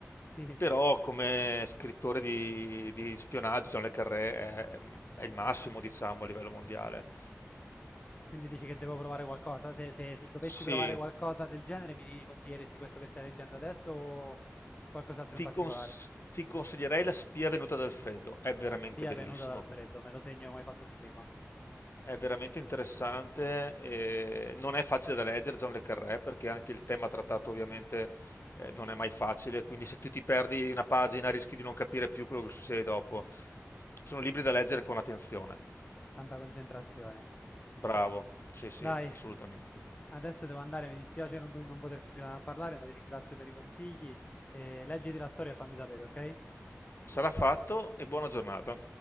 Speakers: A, on the left; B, on the left.
A: sì.
B: Però come scrittore di, di spionaggio, John le Carré è, è il massimo, diciamo, a livello mondiale.
A: Quindi dici che devo provare qualcosa? Se, se- se dovessi
B: Sì,
A: provare qualcosa del genere, mi consiglieresti questo che stai leggendo adesso o qualcos'altro
B: Ti
A: in particolare?
B: cons ti consiglierei La spia venuta dal freddo, è veramente
A: La spia
B: bellissimo,
A: venuta dal freddo, me lo segno come hai fatto tu prima.
B: è veramente interessante, e non è facile da leggere John le Carré perché anche il tema trattato ovviamente eh, non è mai facile, quindi se tu ti perdi una pagina rischi di non capire più quello che succede dopo. Sono libri da leggere con attenzione.
A: Tanta concentrazione.
B: Bravo, sì sì,
A: Dai,
B: assolutamente.
A: adesso devo andare, mi dispiace non, non poter continuare a parlare, ma ti ringrazio per i consigli. E leggiti la storia e fammi sapere, ok?
B: Sarà fatto e buona giornata.